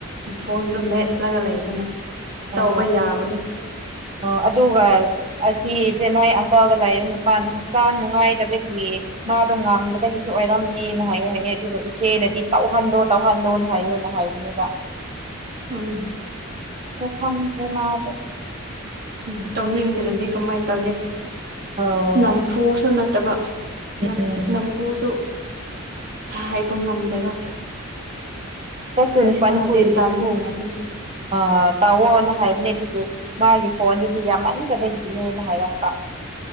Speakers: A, on the right; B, on the right.
A: ꯐꯣꯟꯗꯨ ꯃꯦꯠꯂꯒ ꯂꯩꯕꯅꯦ ꯇꯧꯕ
B: ꯑꯣ
A: ꯌꯥꯕꯅꯤ
B: ꯑꯣ ꯑꯗꯨꯒ ꯑꯁꯤ ꯆꯦꯟꯅꯥꯏ ꯑꯪꯀꯜꯒ ꯂꯩꯕꯥ ꯅꯨꯄꯥꯅ ꯍꯛꯆꯥꯡ ꯅꯨꯡꯉꯥꯏꯇꯕꯒꯤ ꯃꯥꯗꯣ ꯉꯝꯗꯕꯒꯤꯁꯨ ꯑꯣꯏꯔꯝꯅꯤꯅ ꯍꯥꯏꯌꯦ ꯍꯥꯏꯌꯦ ꯑꯗꯨꯒ ꯏꯆꯦꯅꯗꯤ ꯇꯧꯍꯟꯂꯣ ꯇꯧꯍꯜꯂꯣꯅ ꯍꯥꯏꯌꯦꯅ ꯍꯥꯏꯕꯅꯦꯕꯥ
A: ꯎꯝ
B: ꯑꯩ ꯈꯪꯗꯔꯦ ꯃꯗꯣ
A: ꯎꯝ ꯇꯧꯅꯤꯡꯗ꯭ꯔꯗꯤ ꯀꯃꯥꯏ ꯇꯧꯅꯤ
B: ꯑꯣ
A: ꯅꯝꯐꯨꯁꯨ ꯅꯠꯇꯕ ꯅꯞꯐꯨ
B: ꯎꯝ
A: ꯅꯝꯐꯨꯁꯨ ꯍꯥꯏꯕ ꯉꯝꯗꯦꯕ
B: ꯑꯧ <unintelligible>
A: ꯄꯩꯁꯥꯗꯤ
B: ꯐꯟ ꯄꯨꯔꯤꯗꯨꯁꯨ
A: ꯇꯥꯟꯕ ꯅꯨꯡꯉꯥꯏꯕꯅꯤ
B: ꯑ ꯇꯧꯑꯣꯅ ꯍꯥꯏꯕꯅꯦ ꯑꯗꯨꯒꯤ ꯃꯥꯒꯤ ꯐꯣꯟꯗꯨꯗꯤ ꯌꯥꯝꯃꯟꯗꯕꯒꯤꯅꯦꯅ ꯍꯥꯏꯔꯛꯄ